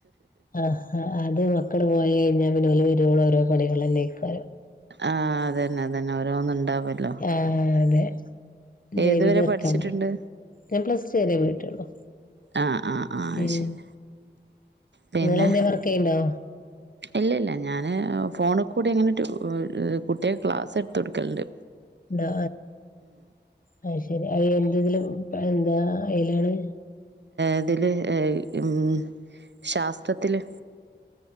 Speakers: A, on the left; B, on the right.
A: ആഹ് ആഹ് അത് മക്കള് പോയി കഴിഞ്ഞാ പിന്നെ വരുവോളം ഓരോ പണികളല്ലെ? നീക്കു
B: ആ അത് ന്നെ അത് തന്നെ ഓരോന്നും ഉണ്ടാവല്ലോ.
A: ആഹ് അതെ ചെയ്ത്
B: ഏതുവരെ
A: തീർക്കാന്
B: പഠിച്ചിട്ടുണ്ട്
A: ഞാൻ പ്ലസ് ടു വരേ പോയിട്ടൊള്ളു
B: ആഹ് ആഹ് ആഹ് അത്
A: ഉം
B: ശരി പിന്നെ
A: നിങ്ങളന്തെങ്കിലും വർക്ക് ചെയ്യുന്നുണ്ടോ.
B: ഇല്ലില്ല ഞാന് ഫോണി കൂടിങ്ങനെട്ട് കുട്ടിക ക്ലാസെടുത്ത് കൊട്ക്കലുണ്ട്
A: ഉണ്ടോ അഹ് ശരി എന്തെതിലും എന്താ അതിലാണ്
B: ഇതില് ഉം ശാസ്ത്രത്തില്